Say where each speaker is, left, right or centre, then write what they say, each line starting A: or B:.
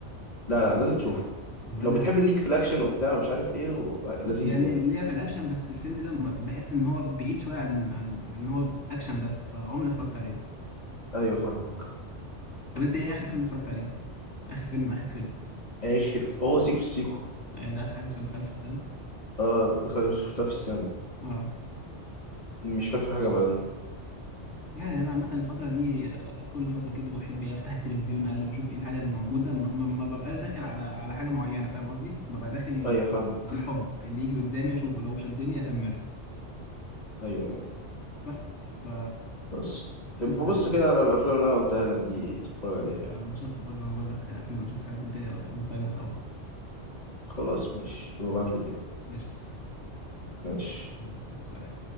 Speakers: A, on the left; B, on the left.
A: لا لا لازم تشوفه
B: ولاد
A: لو بتحب الليك في الاكشن وبتاع مش عارف ايه و... لذيذ
B: يعني
A: يعني
B: ليا في الاكشن بس الفيلم ده م- بحس ان هو بعيد شويه عن عن عن ان هو اكشن بس فعمري ما اتفرجت عليه
A: ايوه فاهمك
B: طب انت ايه اخر فيلم اتفرجت عليه اخر فيلم اخر فيلم
A: اخر هو سيكو سيكو
B: يعني ده اخر حاجه دخلت في تاني
A: اه دخل شفتها في السينما
B: اه
A: مش فاكر حاجه بعدها
B: يعني انا عامه الفتره دي آه، كل فتره كده بحب إيه، افتح التلفزيون اقلب اشوف ايه الحاجه اللي موجوده ما, ما ما ببقاش داخل على على حاجه معينه فاهم قصدي ببقى داخل
A: ايوه فاهمك
B: بالحب اللي يجي قدامي اشوفه لو شدني اكمله
A: ايوه أيوة.
B: بس ف
A: بس ببص
B: شوف الحاجات
A: كده على الافلام اللي انا قلتها لك دي اتفرج عليها يعني
B: انا هشوفها برضه انا بقول لك احنا بنشوف الحاجات الجايه ونقيمها سوا
A: خلاص ماشي ابعت لي يعني
B: قشطة
A: ماشي
B: يلا، سلام